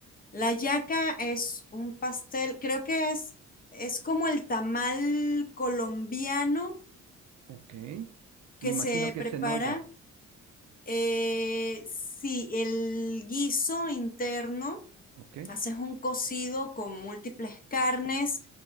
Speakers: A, on the left; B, on the right.
A: La hallaca es un pastel, creo que es, es como el tamal colombiano
B: Ok. Me
A: que
B: imagino
A: se
B: que
A: prepara.
B: es cenolla,
A: eh, sí, el guiso interno
B: ¿ok?
A: Haces un cocido con múltiples carnes